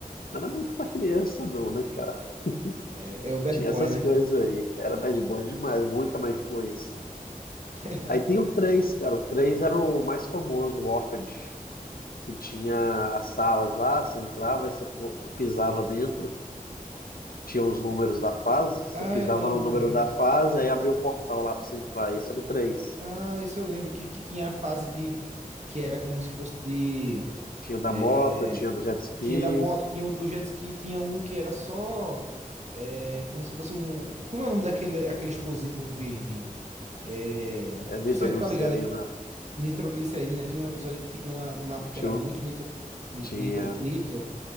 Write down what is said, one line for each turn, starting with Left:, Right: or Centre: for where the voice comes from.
Left: Não era muito pra criança, não, né, cara? <laughs>
Right: É, é o Bad
Left: Tinha
Right: Boy,
Left: essas
Right: né?
Left: coisas aí. Era bad boy demais, muita má influência.
Right: <laughs>
Left: Aí tem o três cara. O 3 era o mais famoso, o Orpid, que tinha as salas lá, você entrava e você pô- pisava dentro. tinha os números da fase, você
Right: Ah,
Left: pisava
Right: eu lembro,
Left: no número
Right: eu lembro.
Left: da fase, aí abria o portal lá para você entrar. Esse era o três.
Right: Ah, esse eu lembro que, que tinha a fase de. Que era como se fosse de.
Left: Tinha da
Right: é,
Left: moto, tinha do jet ski,
Right: tinha da moto, tinha o do jet ski, tinha um que era só. é, como se fosse um. Como é o nome daquele aquele explosivo verde? É,
Left: é, nitroglicerina,
Right: tu sa- tá ligado? É que Nitroglicerina. Tinha um episódio que tinha uma- um mapa que
Left: tinha,
Right: era muito
Left: o-
Right: nitro, ni-
Left: tinha,
Right: nitro, nitro.